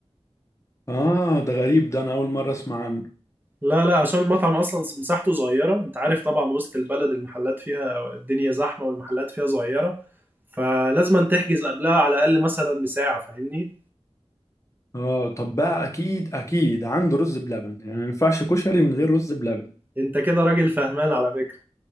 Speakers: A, on the left; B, on the right.
A: اه ده غريب ده انا اول مره اسمع عنه
B: لا لا عشان المطعم اصلا مساحته صغيره انت عارف طبعا وسط البلد المحلات فيها الدنيا زحمه والمحلات فيها صغيره فلازم أن تحجز قبلها على الاقل مثلا بساعه فاهمني
A: اه طب بقى اكيد اكيد عنده رز بلبن يعني ما ينفعش كشري من غير رز بلبن
B: انت كده راجل فهمان على فكره